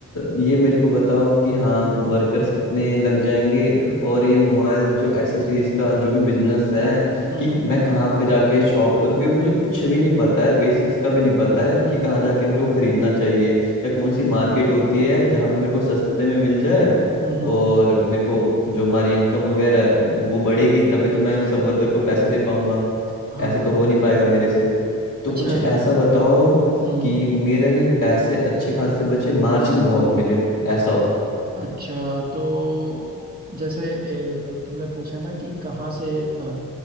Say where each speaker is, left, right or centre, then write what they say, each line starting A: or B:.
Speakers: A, on the left (about 85°); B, on the right (about 30°).
A: ये मेरे को बताओ कि हाँ वर्कर्स कितने लग जाएंगे और ये मोबाइल जो एक्सेसरीज का जो भी बिजनेस है
B: हम्म,
A: कि मैं कहाँ पे जाके शॉप करूँ क्योंकि मुझे कुछ भी नहीं पता है बेसिक्स का भी नहीं पता है कि कहाँ जाके मेरे को खरीदना चाहिए या कौन सी
B: हम्म,
A: मार्केट होती है जहाँ पे मेरे को सस्ते में मिल जाए
B: हम्म,
A: और मेरे को जो हमारी इनकम वगैरह है वो बढ़ेगी तभी तो मैं सब वर्कर को पैसे दे पाऊंगा
B: हाँ
A: ऐसे तो हो नहीं
B: हाँ,
A: पाएगा मेरे से तो
B: अच्छा
A: कुछ ऐसा बताओ
B: हम्म
A: कि मेरे ने पैसे अच्छे खासे बचे मार्जिन बहुत मिले ऐसा हो
B: अच्छा तो जैसे ए, तुमने पूछा ना कि कहाँ से अ,